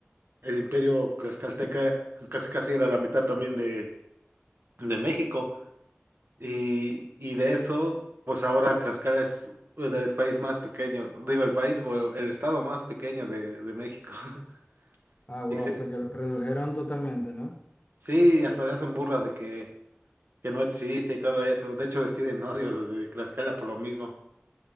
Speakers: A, on the right; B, on the left.
A: el imperio tlaxcalteca, casi casi era la mitad también de, de México. Y, y de eso, pues ahora Tlaxcala es el país más pequeño, digo, el país o el estado más pequeño de, de México. <laughs>
B: ah, wow,
A: Y sí,
B: o sea que los redujeron totalmente, ¿no?
A: sí, hasta le hacen burla de que, que no existe y todo eso. De hecho, les tienen odio a los de Tlaxcala por lo mismo.